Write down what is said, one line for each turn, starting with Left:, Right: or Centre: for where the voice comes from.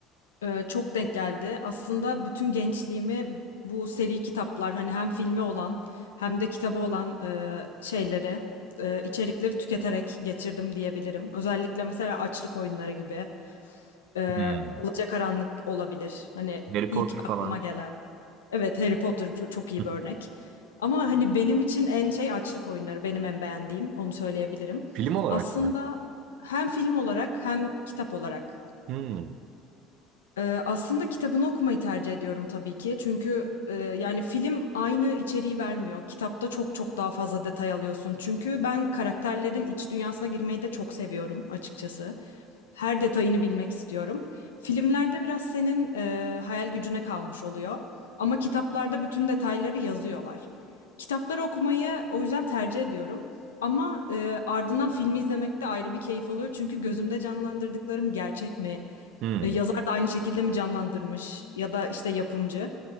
Left: Ee, çok denk geldi. Aslında bütün gençliğimi bu seri kitaplar hani hem filmi olan hem de kitabı olan e, şeyleri, e, içerikleri tüketerek geçirdim diyebilirim. Özellikle mesela açlık oyunları gibi. Ee,
Right: Hmm.
Left: Alacakaranlık olabilir. Hani
Right: Harry Potter
Left: ilk aklıma
Right: falan.
Left: gelen. Evet Harry Potter ço- çok iyi
Right: Hı.
Left: bir örnek. Ama hani benim için en şey açlık oyunları. Benim en beğendiğim onu söyleyebilirim.
Right: Film olarak
Left: Aslında
Right: mı?
Left: hem film olarak hem kitap olarak
Right: Hmm.
Left: ee, aslında kitabını okumayı tercih ediyorum tabii ki. Çünkü e, yani film aynı içeriği vermiyor. Kitapta çok çok daha fazla detay alıyorsun. Çünkü ben karakterlerin iç dünyasına girmeyi de çok seviyorum açıkçası. Her detayını bilmek istiyorum. Filmlerde biraz senin e, hayal gücüne kalmış oluyor. Ama kitaplarda bütün detayları yazıyorlar. Kitapları okumayı o yüzden tercih ediyorum. Ama e, ardından filmi izlemek de ayrı bir keyif oluyor. Çünkü gözümde canlandırdıklarım gerçek mi?
Right: Hmm.
Left: E, yazar da aynı şekilde mi canlandırmış? Ya da işte yapımcı.